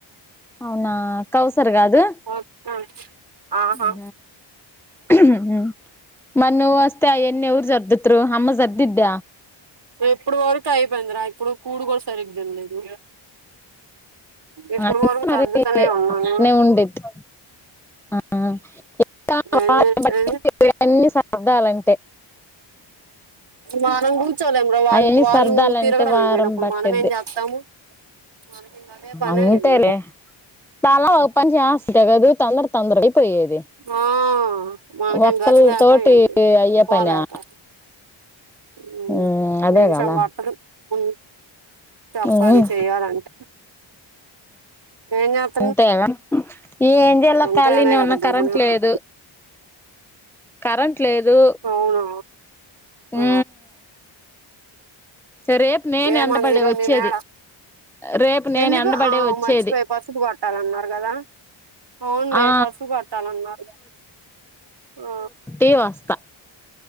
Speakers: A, in the centre; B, on the right.
A: అవునా కౌసర్ కాదు
B: మొత్తం ఆహా
A: ఊ ఉ మరి నువ్వుస్తే అయన్నీ ఎవరు సర్ధుతురు అమ్మ సర్దుద్ద
B: ఎప్పుడు వరకు అయిపోయిందిరా ఇప్పుడు కూడు కూడా సరిగ్గా తినలేదు ఇప్పుడు
A: అ
B: వరకు
A: మరి
B: సర్దుతనే ఉన్నాను
A: అట్నే ఉండుద్ది ఆ ఇంకా
B: ఏం
A: వారం
B: చేసేది
A: పట్టిద్ది ఇవన్నీ సర్దాలంటే
B: మనం కూర్చోలేము బ్రో వాల్
A: అవన్నీ
B: వాళ్ళు
A: సర్దాలంటే
B: తిరగడానికి
A: వారం
B: పోయినప్పుడు
A: పట్టిద్ది
B: మనమే చేత్ తాము మనకింకా అదే పనా
A: అంతేలే
B: ఏంది
A: తలా ఓ పన్ చేస్తే కదు తొందర తొందర అయిపోయేది
B: ఆ మనకేం
A: ఒక్కళ
B: గతిలేక
A: తోటి
B: ఏంది
A: అయ్యే
B: పోలేక
A: పనా
B: ఊ
A: ఉమ్ అదే
B: నిమిషం
A: కదా
B: పట్టదు ఉ తప్పది
A: ఉమ్
B: చేయాలంటే ఏం చేత
A: అంతే కదా ఏం చేయాలో
B: అంతేనే
A: కాలినే
B: కదా
A: ఉన్నా
B: గమ్మునే
A: కరెంట్
B: ఉంది.
A: లేదు కరెంట్ లేదు
B: అవునా ఆ
A: ఊ రేప్ నేన్
B: ఏమంది
A: ఎండబడే
B: ఈరోజు
A: వచ్చేది
B: మీ మేడం
A: రేప్ నేన్
B: ఎందుకు
A: ఎండబడే
B: ఆ
A: వచ్చేది
B: మర్చిపోయి పసుపు కొట్టాలన్నారు కదా. అవున్ మే
A: ఆ
B: పసుపు కొట్టాలన్నారు ఆ
A: ఏ వస్తా